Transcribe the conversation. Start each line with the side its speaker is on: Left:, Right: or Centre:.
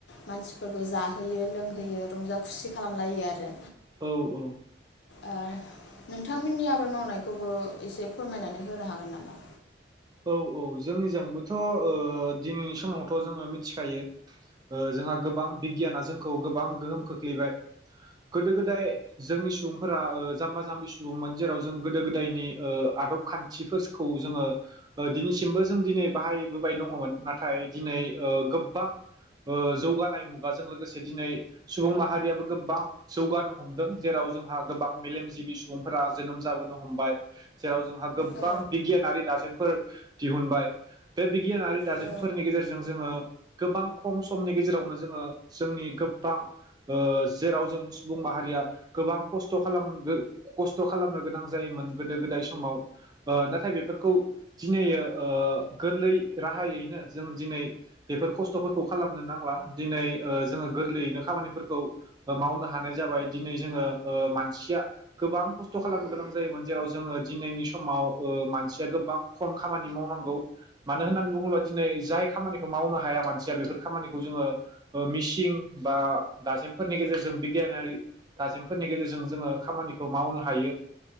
Left: मानसिफोरखौ जाहोयो लोंहोयो रंजा खुसि खालामलायो आरो
Right: औ
Left: ओ नोंथांमोननि आबाद मावनायखौबो एसे फोरमायनानै होनो हागोन नामा
Right: औ औ जोंनिजोंबोथ' ओ दिनैनि समावथ' जोङो मिथिखायो ओ जोंहा गोबां बिगियाना जोंखौ गोबां गोहोम खोख्लैबाय गोदो गोदाय जोंनि सुबुंफोरा ओ जाम्बा जाम्बि सुबुंमोन जेराव जों गोदो गोदायनि ओ आदब खान्थिफोरखौ जोङो ओ दिनै सिमबो जों दिनै बाहायबोबाय दङमोन नाथाय दिनै ओ गोबबां ओ जौगानाय मुगाजों लोगोसे दिनै सुबुं माहारियाबोओ गोबां जौगानो हमदों जेराव जोंहा गोबां मेलेमजिबि सुबुंफोरा जोनोम जाबोनो हमबाय जेराव जोंहा गोबां
Left: औ
Right: बिगियानारि दाजेम फोर दिहुनबाय बे बिगियानारि दाजेनफोरनि
Left: औ
Right: गेजेरजों जोङो गोबां खम समनि गेजेरावनो जोङो जोंनि गोबां ओ जेराव जों सुबुं माहारिया गोबां खस्थ' खालाम खस्थ' खालामनो गोनां जायोमोन गोदो गोदाय समाव ओ नाथाय बेफोरखौ दिनै ओ गोरलै राहायैनो जों दिनै बेफोर खस्थ'फोरखौ खालामनो नांला दिनै ओ जोङो गोरलैयैनो खामानिफोरखौ मावनो हानाय जाबाय दिनै जोङो ओ मानसिया गोबां खस्थ' खालामनो गोनां जायोमोन जेराव जोङो दिनैनि समाव ओ मानसिया गोबां खम खामानि मावनांगौ मानो होननानै बुङोब्ला दिनै जाय खामानिखौ मावनो हाया मानसिया बेफोर खामानिखौ जोङो ओ मिसिं बा दाजेमफोरनि गेजेरजों बिगियानारि दाजेमफोरनि गेजेरजों जोङो खामानिखौ मावनो हायो